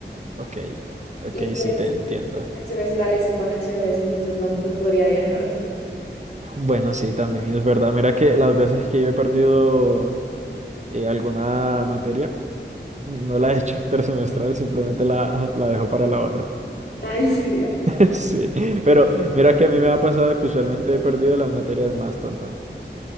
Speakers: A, on the right; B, on the left.
A: Ok, ok,
B: Y pues
A: sí te entiendo.
B: el semestral es en vacaciones, entonces no, no podría viajar.
A: Bueno, sí, también es verdad. Mira que las veces que yo he perdido eh, alguna materia, no la he hecho <laughs> intersemestral, simplemente la, la dejo para la otra.
B: Ah, ¿en serio?
A: <laughs> Sí, pero mira que a mí me ha pasado que usualmente he perdido las materias más tontas.